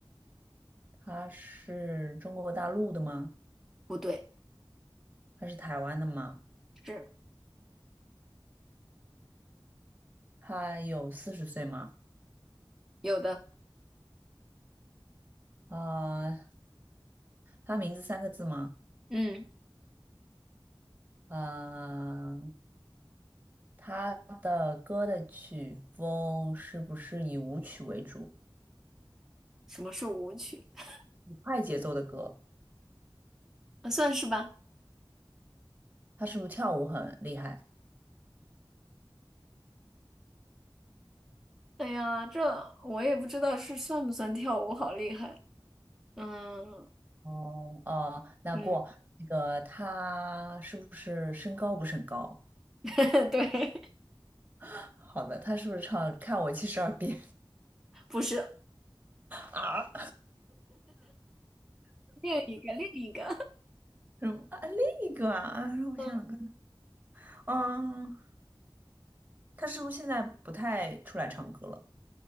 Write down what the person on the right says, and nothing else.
她是中国大陆的吗？
她是台湾的吗？
她有四十岁吗？
啊、她名字三个字吗？
啊、他的歌的曲风是不是以舞曲为主，
以快节奏的歌？
他是不是跳舞很厉害？
哦哦，那过那个他是不是身高不是很高？
<laughs> 好的，他是不是唱《看我七十二变》
啊？
<laughs> 什么那个啊？让我想想看，
嗯，他是不是现在不太出来唱歌了？